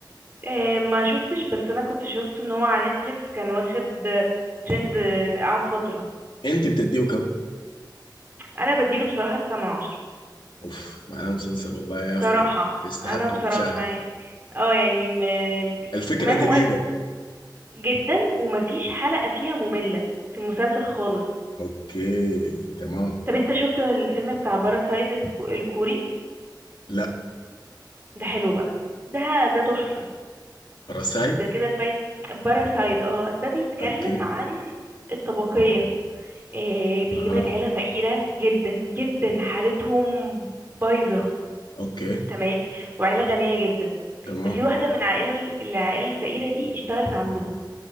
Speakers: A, on the right; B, on the left.
A: آه، ما شفتش بس انا كنت شفت ان هو على نتفليكس كان واخد آه، ترند آه، قعد فترة
B: انت بتديه كم
A: انا بديله بصراحة تسعة من عشرة
B: اوف معناه مسلسل والله يا
A: بصراحة
B: اخي يستحق
A: انا بصراحة
B: المشاهدة
A: يعني اه يعني م... بي-
B: الفكرة
A: كمان
B: جديدة
A: ور... جدا ومفيش حلقة فيها مملة في المسلسل خالص
B: اوكي تمام
A: طب انت شفت الفيلم بتاع باراسايد الكو... الكوري
B: لا
A: ده حلو بقى ده ده تحفة
B: رسايد
A: ده كده فايت باراسايد اه ده بيتكلم
B: اوكي
A: عن الطبقية آه، بيجيب
B: اها
A: لك عيلة فقيرة جدا جدا حالتهم بايظة
B: اوكي
A: تمام وعيلة غنية جدا
B: تمام
A: ففي واحدة من عائلة العائلة الفقيرة دي اشتغلت عندهم